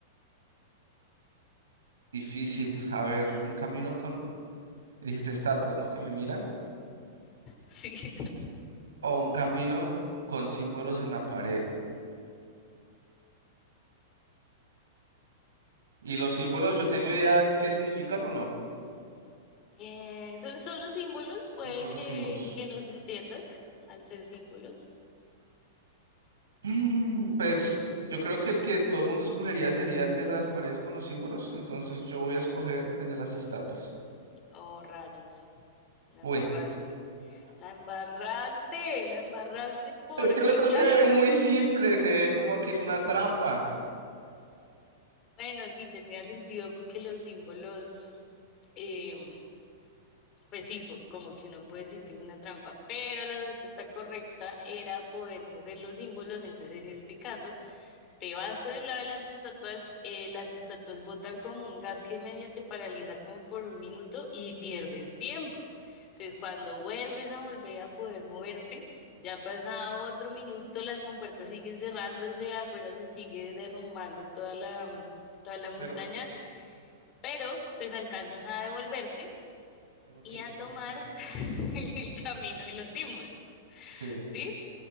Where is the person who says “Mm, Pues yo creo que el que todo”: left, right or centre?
Right